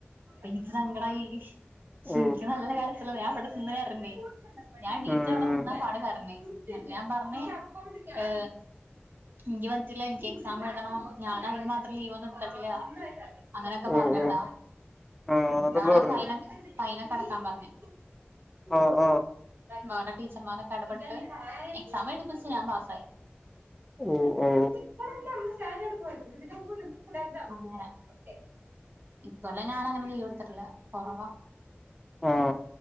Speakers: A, on the right; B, in the centre.
A: എനിക്ക് സങ്കടായി
B: ഓ
A: എനിക്ക് നല്ല കരച്ചില് വന്നു ഞാൻ പെട്ടന്ന് കേറഞ് ഞാൻ എനീറ്റ്
B: ഉം
A: അവിടെ നിന്നാ പാടെ കരഞ് ഞാൻ പറഞ്ഞേ ഏ എനിക്ക് പറ്റില്ല എനിക്ക് എക്സാം എഴുതണം ഞാൻ അതിന് മാത്രം ലീവ് ഒന്നും എടുത്തിട്ടില്ല. അങ്ങനെയൊക്കെ
B: ഓ
A: പറഞ്ഞിട്ടാ
B: ഓ ആ
A: എന്താണ്
B: അതെന്താ പറഞ്ഞു
A: ഫൈനൽ ഫൈൻ അടക്കാൻ പറഞ്ഞെ
B: ആ ആ
A: വേറെ ടീച്ചർമാരൊക്കെ ഇടപെട്ട് എക്സാം എഴുതിപ്പിച്ച് ഞാൻ പാസ്സായി.
B: ഓ ഓ
A: അങ്ങനെ ഇതോണ ഞാൻ അങ്ങനെ ലീവെടുത്തിട്ടില്ല കുറവാ.
B: ആ